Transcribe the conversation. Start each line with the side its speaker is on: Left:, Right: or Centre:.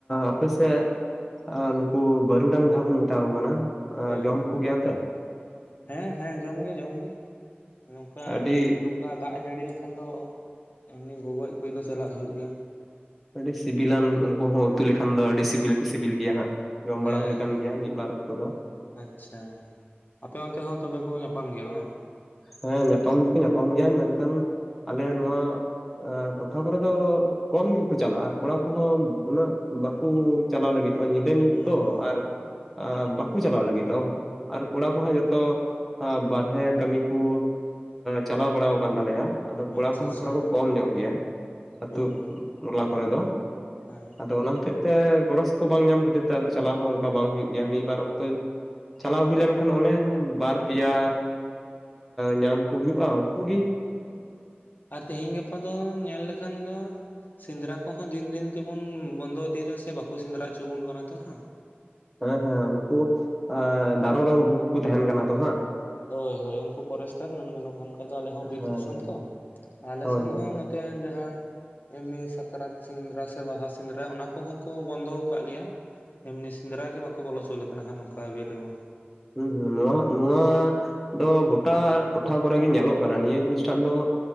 Centre: ᱟᱯᱮ ᱥᱮᱫ ᱱᱩᱠᱩ ᱵᱟᱹᱨᱩᱰᱟᱝ ᱡᱟᱦᱟᱸ ᱵᱚᱱ ᱢᱮᱛᱟ ᱠᱚ ᱠᱟᱱᱟ
Left: ᱦᱳᱭ
Centre: ᱡᱚᱢ ᱠᱚᱜᱮᱭᱟ ᱯᱮ?
Left: ᱦᱮᱸ ᱦᱮᱸ ᱡᱚᱢᱜᱮ ᱡᱚᱢ ᱜᱮ ᱱᱚᱝᱠᱟ
Centre: ᱟᱹᱰᱤ
Left: ᱚᱱᱠᱟ ᱫᱟᱜ ᱮ ᱡᱟᱹᱲᱤ ᱞᱮᱠᱷᱟᱱ ᱫᱚ ᱮᱢᱱᱤ ᱜᱚᱜᱚᱡ ᱠᱚᱡ ᱫᱚ ᱪᱟᱞᱟᱜ ᱦ ᱦᱩᱭᱩᱜ ᱜᱮᱭᱟ᱾
Centre: ᱟᱹᱰᱤ ᱥᱤᱵᱤᱤᱞᱟᱱ ᱩᱱᱠᱩ ᱦᱚᱸ ᱩᱛᱩ ᱞᱮᱠᱷᱟᱱ ᱫᱚ ᱟᱹᱰᱤ ᱥᱤᱵᱤᱞ ᱠᱚ ᱥᱤᱵᱤᱞ ᱜᱮᱭᱟ ᱦᱟᱸᱜ᱾ ᱡᱚᱢ
Left: ᱦᱮᱸ
Centre: ᱵᱟᱲᱟ ᱦᱩᱭ ᱟᱠᱟᱱ ᱜᱮᱭᱟ ᱢᱤᱫ ᱵᱟᱨ ᱚᱠᱛᱚ ᱫᱚ᱾
Left: ᱟᱪᱪᱷᱟ ᱟᱯᱮ ᱚᱱᱛᱮ ᱦᱚᱸ ᱛᱚᱵᱮ ᱠᱚ ᱧᱟᱯᱟᱢ ᱜᱮᱭᱟ ᱵᱟᱝ?
Centre: ᱦᱮᱸ ᱧᱟᱯᱟᱢ ᱫᱚᱠᱚ ᱧᱟᱯᱟᱢ ᱜᱮᱭᱟ ᱢᱮᱱᱠᱷᱟᱱ ᱟᱞᱮ ᱱᱚᱶᱟ ᱴᱚᱴᱷᱟ ᱠᱚᱨᱮ ᱫᱚ ᱠᱚᱢ ᱜᱮᱠᱚ ᱪᱟᱞᱟᱜᱼᱟ ᱠᱚᱲᱟ ᱠᱚᱦᱚᱸ ᱩᱱᱟᱹᱜ ᱵᱟᱠᱚ ᱪᱟᱞᱟᱣ ᱞᱟᱹᱜᱤᱫᱚᱜᱼᱟ ᱧᱤᱫᱟᱹ᱾ ᱧᱤᱫᱟᱹ ᱧᱩᱛᱚ
Left: ᱦᱩᱸ
Centre: ᱛᱚ ᱟᱨ ᱮᱸ ᱵᱟᱠᱚ ᱪᱟᱞᱟᱣ ᱞᱟᱹᱜᱤᱫᱚᱜ ᱟᱨ ᱠᱚᱲᱟ ᱠᱚ ᱦᱟᱜ ᱡᱚᱛᱚ ᱵᱟᱨᱦᱨᱮ ᱠᱟᱹᱢᱤ ᱠᱩ ᱪᱟᱞᱟᱣ ᱵᱟᱲᱟ ᱟᱠᱟᱱ ᱛᱟᱞᱮᱭᱟ᱾ ᱟᱫᱚ
Left: ᱟᱪᱪᱷᱟ
Centre: ᱠᱚᱲᱟ ᱠᱚᱦᱚᱸ
Left: ᱟᱪᱪᱷᱟ
Centre: ᱛᱷᱚᱲᱟ ᱠᱚ ᱠᱚᱢ ᱧᱚᱜ ᱜᱮᱭᱟ ᱟᱹᱛᱩ
Left: ᱦᱳᱭ
Centre: ᱴᱚᱞᱟ ᱠᱚᱨᱮᱫᱚ᱾
Left: ᱦᱮᱸ᱾
Centre: ᱟᱫᱚ ᱚᱱᱟ ᱦᱚᱛᱮᱡ ᱛᱮ ᱜᱚᱲᱚ ᱥᱚᱯᱚᱦ ᱵᱟᱝ ᱧᱟᱢ ᱠᱷᱟᱛᱤᱨ ᱛᱮ ᱟᱫᱚ ᱪᱟᱞᱟᱣ ᱦᱚᱸ ᱚᱱᱠᱟ ᱵᱟᱝ ᱦ ᱦᱩᱭᱩᱜ ᱜᱮᱭᱟ ᱢᱤᱫᱵᱟᱨ ᱚᱠᱛᱚᱭ᱾ ᱪᱟᱞᱟᱣ ᱦᱩᱭ ᱞᱮᱱᱠᱷᱟᱱ ᱚᱱᱮ ᱵᱟᱨ ᱯᱮᱭᱟ ᱧᱟᱢᱠᱩ ᱦᱩᱭᱩᱜᱼᱟ ᱩᱱᱠᱩᱩᱜᱤ᱾
Left: ᱟᱨ ᱛᱮᱤᱦᱤᱧ ᱜᱟᱯᱟ ᱫᱚ ᱧᱮᱞ ᱞᱮᱠᱷᱟᱱ ᱫᱚ᱾ ᱥᱮᱸᱫᱽᱨᱟ ᱠᱚᱦᱚᱸ ᱫᱤᱱ ᱫᱤᱱ ᱛᱮᱵᱚᱱ ᱵᱚᱱᱫᱚ ᱤᱫᱤᱭᱮᱫᱟ ᱥᱮ ᱵᱟᱠᱚ ᱥᱮᱸᱫᱽᱨᱟ ᱦᱚᱪᱚ ᱵᱚᱱ ᱠᱟᱱᱟ ᱛᱚ ᱦᱟᱸ᱾
Centre: ᱦᱮᱸ ᱦᱮᱸ ᱱᱩᱠᱩ ᱫᱟᱨᱚᱜᱟ ᱵᱟᱵᱩ ᱠᱚᱠᱚ ᱛᱟᱦᱮᱱ ᱠᱟᱱᱟ ᱛᱚ ᱦᱟᱜ᱾
Left: ᱦᱳᱭ ᱦᱳᱭ ᱩᱱᱠᱩ ᱯᱷᱚᱨᱮᱥᱴᱟᱨ ᱢᱮᱱ ᱜᱟᱱᱚᱜ ᱠᱟᱱ ᱠᱷᱟᱡ ᱫᱚ ᱟᱞᱮ ᱦᱚᱸ ᱵᱤᱨ
Centre: ᱦᱮᱸ
Left: ᱫᱤᱥᱚᱢ
Centre: ᱦᱮᱸ
Left: ᱛᱚ
Centre: ᱦᱮᱸ
Left: ᱟᱞᱮ
Centre: ᱦᱳᱭ
Left: ᱥᱮᱱ
Centre: ᱦᱳᱭ
Left: ᱦᱚᱸ ᱛᱮ ᱡᱟᱦᱟᱸ ᱮᱢᱱᱤ ᱥᱟᱠᱨᱟᱛ ᱥᱮᱸᱫᱽᱨᱟ ᱥᱮ ᱵᱟᱦᱟ ᱥᱮᱸᱫᱽᱨᱟ ᱚᱱᱟ ᱠᱚᱦᱚᱸ ᱠᱚ ᱵᱚᱱᱫᱚ ᱟᱠᱟᱫ ᱞᱮᱭᱟ᱾ ᱮᱢᱱᱤ ᱥᱮᱸᱫᱽᱨᱟ ᱜᱮ ᱵᱟᱠᱚ ᱵᱚᱞᱚ ᱚᱪᱚ ᱞᱮᱠ ᱠᱟᱱᱟ ᱦᱟᱸᱜ ᱱᱚᱝᱠᱟ ᱵᱤᱨ ᱨᱮᱢᱟ᱾
Centre: ᱦᱩᱸ ᱦᱩᱸ ᱱᱚᱣᱟ ᱱᱚᱣᱟ ᱫᱚ ᱜᱚᱴᱟ ᱴᱚᱴᱷᱟ ᱠᱚᱨᱮᱜᱮ ᱧᱮᱞᱚᱜ ᱠᱟᱱᱟ ᱱᱤᱭᱟᱹ ᱡᱤᱱᱤᱥᱴᱷ ᱫᱚ